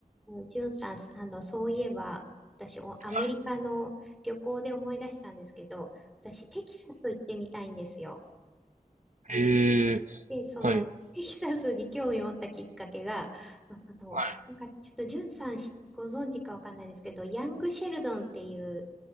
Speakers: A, in the centre; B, on the right.
A: あのジュンさん、あの、そういえば、私、おアメリカの旅行で思い出したんですけど、
B: はいはい
A: 私、テキサス行ってみたいんですよ。
B: はいへえ、
A: で、で、その、
B: はい。はい
A: テキサスに興味を持ったきっかけが、あ、あの、
B: はい
A: なんか、ちょっと、ジュンさんしご存知かわかんないですけど、ヤング・シェルドンっていう、